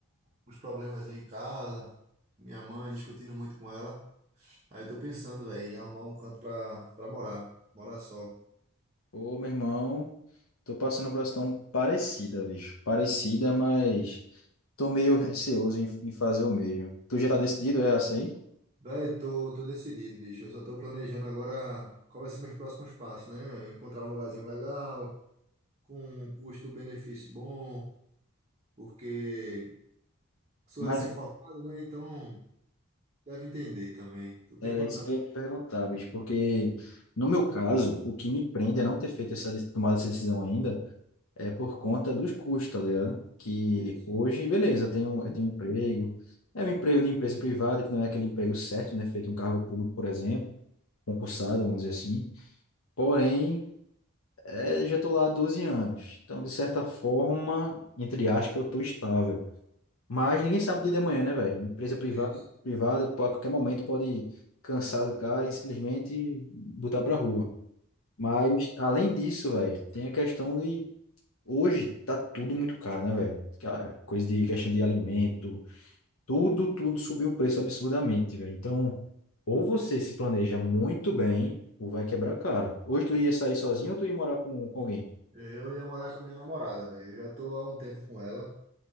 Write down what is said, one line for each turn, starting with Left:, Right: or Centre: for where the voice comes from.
Right: uns problemas em casa. Minha mãe discutindo muito com ela. Aí tô pensando, velho, em arrumar um canto pra, pra morar. Morar só.
Left: Ô, meu irmão, tô passando por uma situação parecida, bicho. Parecida, mas tô meio receoso em, em fazer o mesmo. Tu já tá decidido, é essa aí?
Right: Velho, tô, tô decidido, bicho. Eu só tô planejando agora qual vai ser meus próximos passos, né? Encontrar um lugarzinho legal, com um custo-benefício bom, porque sou
Left: Mas
Right: recém-formado, né? Então. Deve entender também. Tu tem
Left: era
Right: quantos
Left: isso
Right: anos?
Left: que eu ia te perguntar, bicho, porque no meu caso, o que me prende é não ter feito essa, de- tomado essa decisão ainda. é por conta dos custos, tá ligado? Que
Right: Isso,
Left: hoje, beleza, eu tenho, eu tenho um emprego, é um emprego de empresa privada, que não é aquele emprego certo, né? Feito em um cargo público, por exemplo, concursado, vamos dizer assim. Porém, é, já estou lá há 12 anos. Então, de certa forma, entre aspas, eu estou estável. Mas ninguém sabe o dia de amanhã, né, velho? Empresa privada,
Right: isso.
Left: privada, que pô, a qualquer momento pode cansar do cara e simplesmente botar pra rua. Mas, além disso, velho, tem a questão de Hoje tá tudo muito caro, né, velho? Ca- Coisa de questão de alimento, tudo, tudo subiu o preço absurdamente, velho. Então, ou você se planeja muito bem, ou vai quebrar a cara. Hoje tu ia sair sozinho ou tu ia morar com, com alguém?
Right: Eu ia morar com a minha namorada, velho. Eu já tô há um tempo com ela.